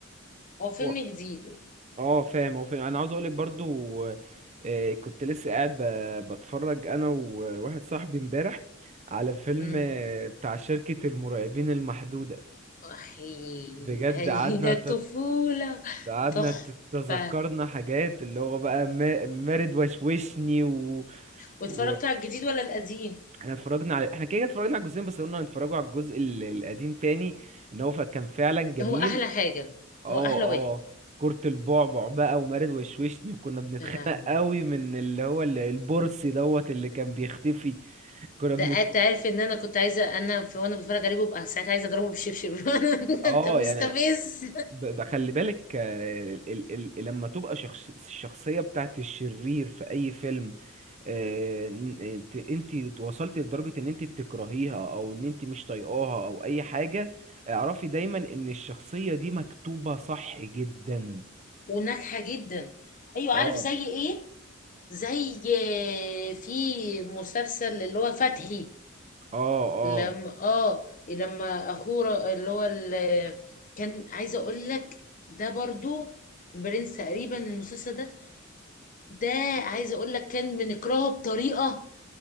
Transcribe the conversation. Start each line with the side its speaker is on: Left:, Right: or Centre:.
Left: هو فيلم
Right: هو
Left: جديد
Right: اه فاهم هو فاهم انا عاوز اقولك برضو آه، كنت لسه قاعد ب... بتفرج انا وواحد صاحبي امبارح على فيلم
Left: امم
Right: آه، بتاع شركة المرعبين المحدودة
Left: احي
Right: بجد
Left: اهي
Right: قعدنا
Left: ده الطفوله
Right: قعدنا
Left: تحفه
Right: تتذكرنا حاجات اللي هو بقى ما- مارد وشوشني و...
Left: واتفرجت
Right: و...
Left: على الجديد ولا القديم
Right: احنا اتفرجنا على احنا كده كده اتفرجنا على الجزئين بس قلنا هنتفرجوا على الجزء ال- القديم تاني ان هو ف- كان فعلا جميل
Left: هو احلى حاجه
Right: اه
Left: هو احلى
Right: اه
Left: واحد
Right: كرة البعبع بقى ومارد وشوشني وكنا بنتخانق
Left: يا لهوي
Right: قوي من اللي هو ال- البرصي دوت اللي كان بيختفي كنا
Left: ده
Right: بن
Left: انت عارف ان انا كنت عايزه انا في وانا بتفرج عليه ببقى ساعات عايزه اضربه بالشبشب <laughs>
Right: اه
Left: انت مستفز
Right: يعني ب- ب- خلي بالك آه، ال... ال... ال... لما تبقى شخص... الشخصية بتاعت الشرير في اي فيلم آه، ن- انت انت وصلت لدرجة ان انت تكرهيها او ان انت مش طايقاها او اي حاجة اعرفي دايما ان الشخصية دي مكتوبة صح جدا
Left: وناجحه جدا ايوه
Right: اه
Left: عارف زي ايه زي في مسلسل اللي هو فتحي
Right: اه
Left: لما
Right: اه
Left: اه لما اخوه اللي هو ال- كان عايزه اقول لك ده برضو البرنس تقريبا المسلسل ده ده عايزه اقول لك كان بنكرهه بطريقه